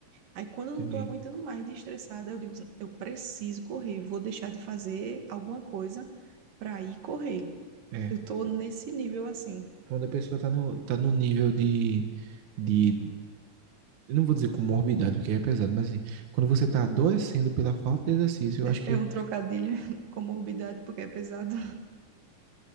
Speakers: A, on the right; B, on the right.
A: Aí, quando eu
B: entendi.
A: não estou aguentando mais de estressada, eu digo, eu preciso correr, vou deixar de fazer alguma coisa para ir correr.
B: É,
A: Eu estou nesse nível assim.
B: quando a pessoa tá no, tá no nível de, de, eu não vou dizer comorbidade, porque é pesado, mas assim, quando você tá adoecendo pela falta de exercício, eu acho que
A: É um trocadilho <laughs> com morbidade porque é pesado.